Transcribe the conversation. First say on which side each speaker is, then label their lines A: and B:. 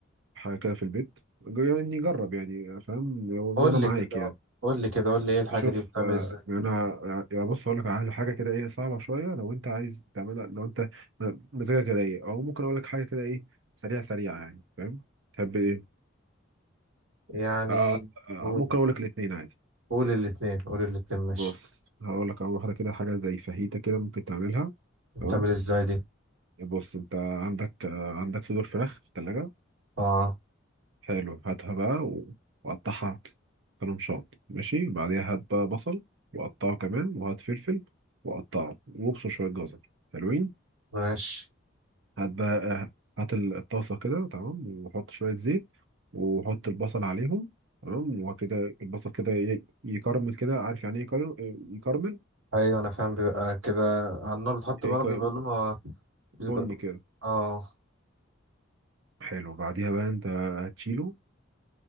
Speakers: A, on the right; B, on the right.
A: حاجة كده في البيت يعني جرب يعني فاهم
B: قول
A: وأنا معاك
B: لي كده
A: يعني
B: قول لي كده قول لي ايه الحاجه
A: شوف
B: دي بتعمل
A: آه،
B: ازاي
A: يعني أنا يعني بص هقول لك على حاجة كده ايه صعبة شوية لو أنت عايز تعملها لو أنت م- مزاجك رايق أو ممكن أقول لك حاجة كده ايه سريعة سريعة يعني فاهم تحب ايه
B: يعني
A: آه آه،
B: قول
A: آه، ممكن أقول لك الاتنين عادي
B: قول الاتنين قول الاتنين ماشي
A: بص هقول لك على واحدة كده حاجة زي فاهيتا كده ممكن تعملها
B: بتعمل
A: تمام
B: ازاي دي
A: بص انت عندك آه، عندك صدور فراخ في التلاجة
B: اه
A: حلو هاتها بقى و- وقطعها طرنشات ماشي بعديها هات بقى بصل وقطعه كمان وهات فلفل وقطعه وابصر شوية جزر حلوين
B: ماشي
A: هات بقى آه، هات ال- الطاسة كده تمام وحط شوية زيت وحط البصل عليهم تمام وكده البصل كده ي- يكرمل كده عارف يعني ايه يكرمل يكرمل
B: ايوه انا فاهم بيبقى كده على النار بتحط
A: يك-
B: بقى بيبقى لونها بيبقى
A: بني كده
B: اه
A: حلو بعديها بقى انت هتشيله